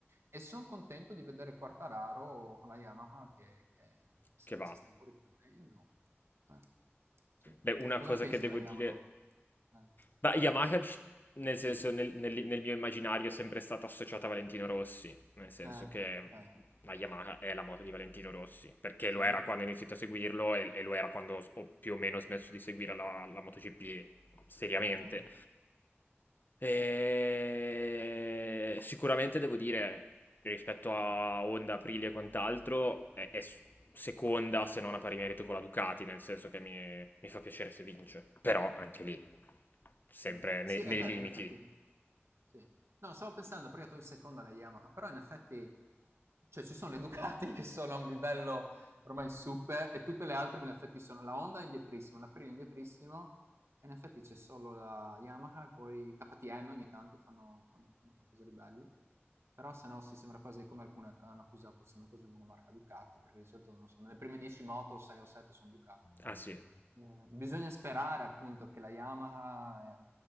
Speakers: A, on the right; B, on the left.
A: E sono contento di vedere Quartararo con la Yamaha che, che sembra
B: Che va.
A: si stia un po' riprendendo. Eh, sì.
B: Beh, una
A: Cosa
B: cosa
A: ne pensi
B: che devo
A: della Yamaha?
B: dire...
A: Eh,
B: Beh,
A: vai.
B: Yamaha, ci- nel senso, nel, nel- nel mio immaginario è sempre stata associata a Valentino Rossi, nel senso
A: Eh,
B: che
A: ok.
B: la Yamaha è la moto di Valentino Rossi, perché
A: Sì,
B: lo era quando ho iniziato a seguirlo e, e lo era quando ho più o meno smesso di seguire la, la MotoGP seriamente.
A: ok.
B: E... Sicuramente devo dire, rispetto a Honda, Aprilia e quant'altro, è, è s- seconda se non a pari merito con la Ducati, nel senso che mi, mi fa piacere se vince. Però anche lì, sempre
A: Eh,
B: nei,
A: sì, è
B: nei
A: vero,
B: limiti.
A: in effetti sì. No, stavo pensando prima tu in seconda alle Yamaha, però in effetti cioè ci sono le <laughs> Ducati che sono a un livello ormai super e tutte le altre in effetti sono la Honda è indietrissimo, la Prima è indietrissimo e in effetti c'è solo la Yamaha e poi KTM ogni tanto fanno, fanno- fanno qualcosa di bello. Però se no sì, sembra quasi come alcune che hanno accusato, sembra quasi una marca Ducati, perché di solito non so, nelle prime 10 moto 6 o 7 sono Ducati.
B: Ah sì.
A: Eh, bisogna sperare appunto che la Yamaha